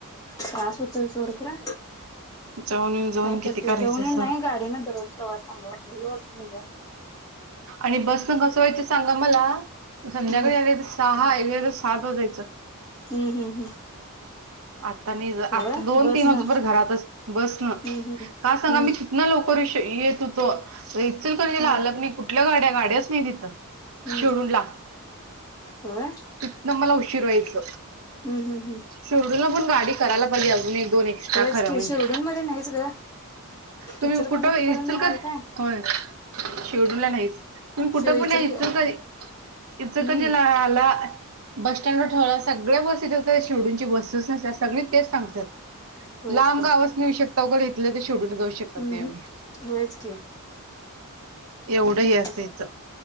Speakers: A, on the left (about 15°); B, on the right (about 65°).
A: त्रास होतोय सोडखरा
B: जाऊन येऊन जाऊन
A: काय
B: किती
A: करते
B: करायचं
A: जऊन
B: असं
A: नाही? गाडीं दररोज प्रवास चांगला वाटला निघ
B: आणि बसन कसं व्हायचं सांगा मला? संध्याकाळी
A: हम्म
B: आले तर सहा एकीकड सात वाजायचं.
A: हम्म, हम्म, हम्म.
B: आता, नाही
A: होय
B: आता दोन,
A: बस
B: तीन वाजे
A: ना
B: पर्यंत घरातच बसन
A: हम्म हम्म
B: का सांगा
A: हम्म
B: मी ना लवकर येतु तो इचल कर तिला
A: हा
B: आलग नाही कुठल्या गाड्या, गाड्याच नाही तिथं.
A: हम्म
B: शोरुम ला
A: होय
B: तिथन मला उशीर व्हायच.
A: हम्म, हम्म, हम्म.
B: चुडूला पण गाडी करायला पाहिज अजून ही. दोन एक्स्ट्रा
A: होयच
B: खर
A: की
B: म्हणजे,
A: शिरडून मध्ये नाहीच ग
B: तुम्ही
A: इचलकरंजी
B: कुठ होय
A: पर्यंत हाय काय
B: शेवडूला नाहीत. तुम्ही कुठं
A: शि
B: पण
A: इचलक
B: यायच तरी
A: हम्म
B: इचकधी लडा आला बस स्टँडवर ठेवल सगळ्या बसेस अस शेवडूूनची बसे असत सगळी तेच सांगतात.
A: होयच
B: लांब
A: की
B: गावस नाहीऊ शकता अघ घेतले तर शोडून जाऊ शकत
A: हम्म
B: नाही आम्ही.
A: हम्म होयच की
B: एवढं
A: काय
B: हे
A: करते
B: असते इथ.